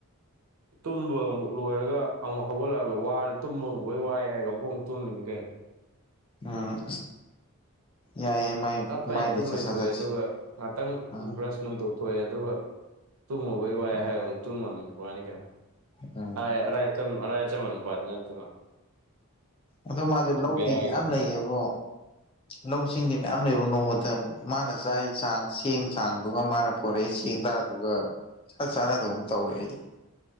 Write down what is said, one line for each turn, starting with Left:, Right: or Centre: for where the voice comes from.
Right: ꯇꯨꯝꯕ ꯑꯃꯨꯛ ꯂꯣꯏꯔꯒ ꯑꯃꯨꯛ ꯍꯧꯒꯠꯂꯛꯑꯒ ꯇꯨꯝꯕꯕꯩ ꯋꯥꯏ ꯍꯥꯏꯔꯒ ꯑꯃꯨꯛꯀ ꯑꯃꯨꯛ ꯇꯨꯝꯃꯤꯅꯤ ꯀꯩꯅꯣ
Left: ꯎꯝ ꯌꯥꯏꯌꯦ ꯃꯥꯏ
Right: ꯇꯞ ꯇ
Left: ꯃꯥꯏ ꯂꯤꯆꯠ
Right: ꯇꯨꯝꯃꯥꯒ ꯂꯩꯏꯊꯛꯑꯦ
Left: ꯁꯥꯖꯠꯁꯦ
Right: ꯑꯗꯨꯒ ꯉꯥꯛꯇꯪ
Left: ꯎꯝ
Right: ꯕ꯭ꯔꯁ ꯅꯨꯡꯇꯣꯛ ꯊꯣꯛꯑꯦ ꯑꯗꯨꯒ ꯇꯨꯝꯃꯨꯕꯩ ꯋꯥꯏ
Left: ꯎꯝ
Right: ꯍꯥꯏꯔꯣ ꯑꯃꯨꯛ ꯇꯨꯝꯃꯝꯃꯤ ꯅꯨꯄꯥꯅꯤ ꯀꯩꯅꯣ
Left: ꯎꯝ
Right: ꯑꯔꯥꯏ ꯑꯔꯥꯏꯆꯝ ꯑꯔꯥꯏ ꯑꯆꯝꯕ ꯅꯨꯄꯥꯗꯤ ꯅꯠꯇꯦ ꯃꯥ
Left: ꯑꯗꯨ ꯃꯥꯁꯦ ꯂꯧꯗꯤ
Right: ꯕꯦꯔꯥꯒꯤ
Left: ꯃꯌꯥꯝ
Right: ꯅꯨꯄꯥꯅꯤ
Left: ꯂꯩꯌꯦꯕꯣ ꯂꯧꯁꯤꯡꯗꯤ ꯃꯌꯥꯝ ꯂꯩꯕ ꯅꯣꯡꯃꯇ ꯃꯥꯅ ꯆꯥꯏ ꯆꯥꯡ ꯆꯦꯡ ꯆꯥꯡꯗꯨꯒ ꯃꯥꯅ ꯄꯣꯔꯛꯏ ꯆꯦꯡꯗ ꯑꯗꯨꯒ ꯆꯞ ꯆꯥꯟꯅꯗꯒꯨ ꯇꯧꯋꯦ ꯑꯩꯗꯤ